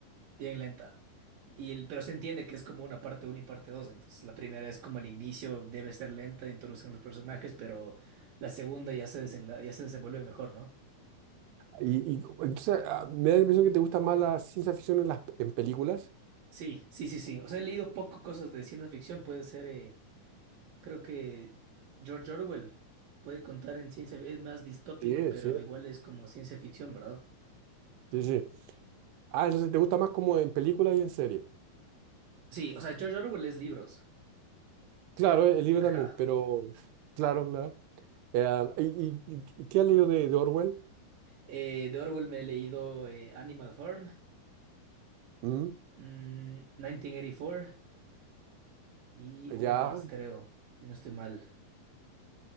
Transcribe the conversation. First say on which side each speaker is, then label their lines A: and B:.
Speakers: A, on the right; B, on the right.
A: bien lenta. Y el- pero se entiende que es como una parte uno y parte dos Entonces la primera es como el inicio, debe ser lenta, introducen los personajes, pero la segunda ya se desenla- ya se desenvuelve mejor, ¿no?
B: Y, y entonces ah, me da la impresión que te gusta más la ciencia ficción en las en películas.
A: Sí, sí, sí, sí. O sea, he leído poco cosas de ciencia ficción. Puede ser, eh, creo que George Orwell puede contar en ciencia, es más distópico,
B: Sí,
A: pero
B: sí,
A: igual es como ciencia ficción, ¿verdad?
B: sí, sí. Ah, entonces te gusta más como en películas y en series.
A: Sí, o sea, George Orwell es libros.
B: Claro, el libro
A: Ajá.
B: también, pero claro, claro. Eh, ah, ¿y, y- y- qué has leído de, de Orwell?
A: Eh, de Orwell me he leído eh, Animal Farm,
B: Mm,
A: mm, 1984. Y una
B: Ya,
A: más, creo, si no estoy mal.